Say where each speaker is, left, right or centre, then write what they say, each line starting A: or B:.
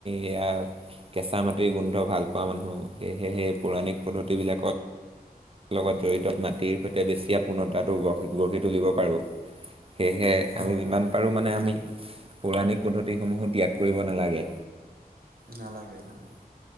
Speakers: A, on the right (about 35°); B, on the right (about 65°).
A: এইয়া কেঁচা মাটিৰ গোন্ধ ভাল পোৱা মানুহ, সেয়েহে পৌৰাণিক পদ্ধতিবিলাকত। লগত জড়িত মাটিৰ সৈতে বেছি আপূৰ্ণতাটো গঢ় -গঢ়ি তুলিব পাৰোঁ সেয়েহে আমি
B: হয়
A: যিমান
B: হয়
A: পাৰো মানে আমি পৌৰাণিক পদ্ধতিসমূহো ত্যাগ কৰিব নালাগে।
B: নালাগে-নালাগে।